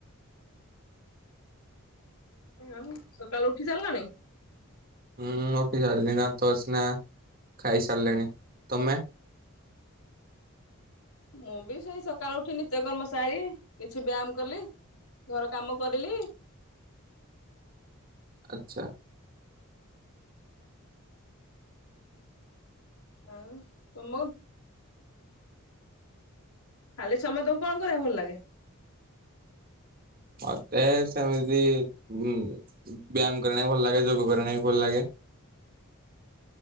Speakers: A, on the left; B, on the right.
A: ଆଉ ସକାଳୁ ଉଠି ସାରଲଣି?
B: ଉୁଁ ଉଠି ସାରିଲିନି ନା ତ ସିନା ଖାଇସାରିଲେଣି ତମେ?
A: ମୁଁ ବି ସେଇ ସକାଳୁ ଉଠି ନିତ୍ୟକର୍ମ ସାରି କିଛି ବ୍ୟାୟାମ କଲି। ଘର କାମ କରିଲି।
B: ଆଚ୍ଛା।
A: ଆଉ ତମ ଖାଲି ସମୟେ ତମକୁ କଣ କରିବା ଭଲ ଲାଗେ?
B: ମତେ ସେମିତି ଉ ବ୍ୟାୟାମ କରିବା ଭଲ ଲାଗେ ଯୋଗ କରିବା ନାଗି ଭଲ ଲାଗେ।